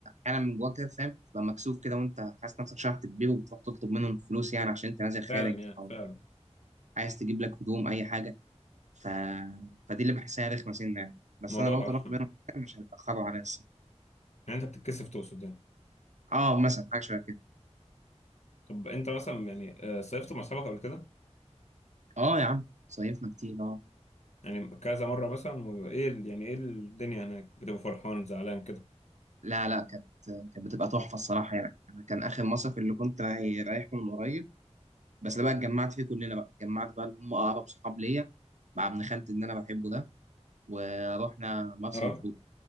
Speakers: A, on the right; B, on the left.
A: أحيانا من جواك كده فاهم تبقى مكسوف كده وأنت حاسس نفسك شحت تبيه وبتروح تطلب منهم فلوس يعني عشان أنت نازل خارج
B: فعلا يعني
A: أو
B: فعلا
A: عايز تجيب لك هدوم أي حاجة ف... فدي اللي بحسها رخمه سنه يعني بس
B: الموضوع
A: انا لو
B: <laughs>
A: طلبت منهم حاجة مش هيتاخروا عليا الصراحه
B: يعني أنت بتتكسف تقصد يعني
A: اه مثلا حاجه شبه كده
B: طب أنت مثلا يعني آه، صيفت مع أصحابك قبل كده؟
A: اه يا عم صيفنا كتير اه
B: يعني كذا مرة مثلا و- ايه ال- يعني ايه الدنيا هناك بتبقى فرحان زعلان كده
A: لا لا كانت كانت بتبقى تحفه الصراحه يعني انا كان اخر مصيف اللي كنت راي- رايحه من قريب بس ده بقى اتجمعت فيه كلنا بقى اتجمعت بقى اللي هم اقرب صحاب ليا مع ابن خالتي اللي انا بحبه ده ورحنا مرسى
B: اه
A: مطروح